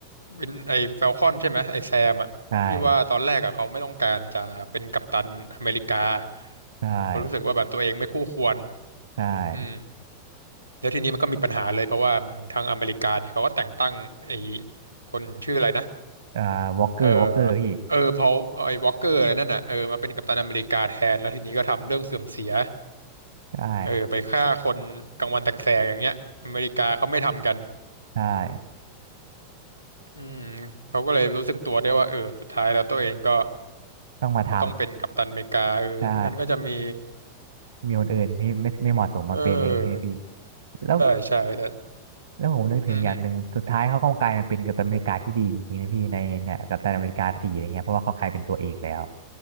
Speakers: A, on the right (about 80°); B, on the right (about 65°).
A: วินไอแฟลคอนใช่ไหมไอแซมอะที่ว่าตอนแรกอะเขาไม่ต้องการจะเป็นกัปตันอเมริกา
B: ใช่ใช่
A: เขาะรู้สึกว่าแบบตัวเองไม่คู่ควร
B: ใช่
A: อืมแล้วทีนี้มันก็มีปัญหาเลยเพราะว่าเหมือนทางอเมริกาเนี่ยเขาก็แต่งตั้งไอคนชื่ออะไรนะ
B: อ่าวอล์กเกอร์วอล์กเกอร์พี่
A: เออเออพอไอวอลเกอร์อะไรนั่นน่ะเออมาเป็นกัปตันอเมริกาแทนแล้วทีนี้ก็ทำเรื่องเสื่อมเสีย
B: ใช่
A: เออไปฆ่าคนกลางวันแสกๆอย่างเงี้ยอเมริกาเขาไม่ทำกัน
B: ใช่
A: อืมเขาก็เลยรู้สึกตัวได้ว่าเออสุดท้ายแล้วตัวเองก็
B: ต้องมาท
A: ก็ต้องเป็นกัปตันอเมริกาเออไม่งั้นก็จะมี
B: ำใช่มีคนอื่นที่ไม่ไม่เหมาะสมมาเป็นอย่างนี้เลยพี่
A: เออ
B: แล้ว
A: ใช่ใช่แต่
B: แล้วผมนึกถึงอย่างหนึ่งสุดท้ายเขาก็กลายมาเป็นกัปตันอเมริกาที่ดีจริงๆนะพี่ในเนี่ยกัปตันอเมริกาสี่อะไรเงี้ยเพราะว่าเขากลายเป็นตัวเอกแล้ว
A: อืมอืม